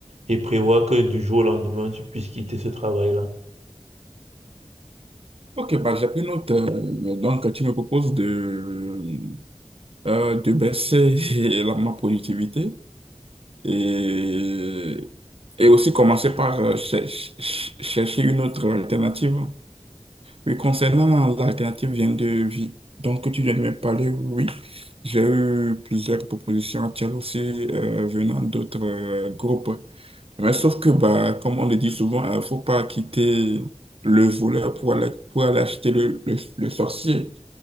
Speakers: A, on the right (about 85°); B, on the right (about 60°).
A: et prévoir que du jour au lendemain, tu puisses quitter ce travail-là.
B: Ok, bah, j'ai pris note. euh, donc, tu me proposes de, euh, de baisser <laughs> la- ma productivité et, et aussi commencer par euh, cher- ch- chercher une autre alternative. Oui, concernant l'alternative vient de vie, donc que tu viens de me parler, oui, j'ai eu plusieurs propositions actuelles aussi euh, venant d'autres euh, groupes. Mais sauf que, bah, comme on le dit souvent, il ne faut pas quitter le voleur pour aller, pour aller acheter le, le, le sorcier.